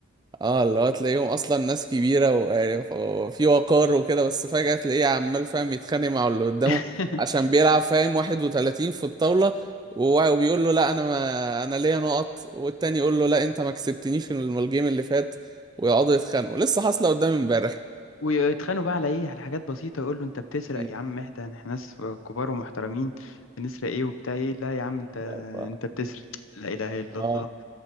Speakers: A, on the right; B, on the left.
A: اه اللي هو تلاقيهم اصلا ناس كبيره و- وفي وقار وكده بس فجاه تلاقيه عمال فاهم يتخانق مع اللي قدامه
B: <laughs>
A: عشان بيلعب فاهم 31 في الطاوله و- وبيقول له لا انا ما انا ليا نقط والتاني يقول له لا انت ما كسبتنيش في الم- الجيم اللي فات ويقعدوا يتخانقوا لسه حاصله قدامي امبارح
B: ويتخانقوا بقى على ايه على حاجات بسيطه يقول له انت بتسرق
A: مم.
B: يا عم اهدى احنا ناس كبار ومحترمين بنسرق ايه وبتاع ايه لا يا عم انت
A: ف- ف-
B: انت بتسرق لا اله الا
A: اه
B: الله